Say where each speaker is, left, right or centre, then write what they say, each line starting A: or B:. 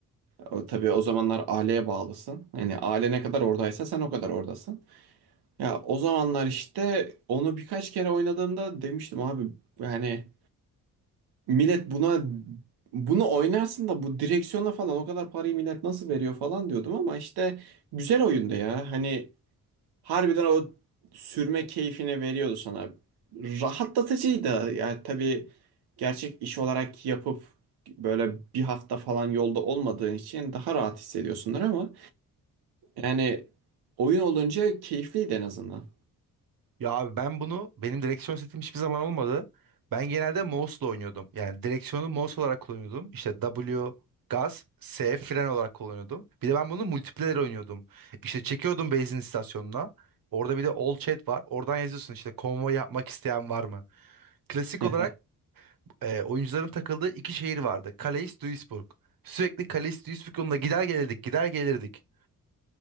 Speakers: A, on the right; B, on the right.
A: O, tabii o zamanlar aileye bağlısın. Hani aile ne kadar oradaysa sen o kadar oradasın. Ya o zamanlar işte onu birkaç kere oynadığımda demiştim abi yani millet buna bunu oynarsın da bu direksiyona falan o kadar parayı millet nasıl veriyor falan diyordum ama işte güzel oyundu ya. Hani harbiden o sürme keyfini veriyordu sana. Rahatlatıcıydı. Yani tabii gerçek iş olarak yapıp böyle bir hafta falan yolda olmadığın için daha rahat hissediyorsundur ama yani oyun olunca keyifliydi en azından.
B: Ya abi ben bunu benim direksiyon setim hiçbir zaman olmadı. Ben genelde mouse'la oynuyordum. Yani direksiyonu mouse olarak kullanıyordum. İşte W gaz, S fren olarak kullanıyordum. Bir de ben bunu multiplayer oynuyordum. İşte çekiyordum benzin istasyonuna. Orada bir de all chat var. Oradan yazıyorsun işte konvoy yapmak isteyen var mı? Klasik
A: <laughs>
B: olarak e, oyuncuların takıldığı iki şehir vardı. Calais, Duisburg. Sürekli Calais, Duisburg yolunda gider gelirdik, gider gelirdik.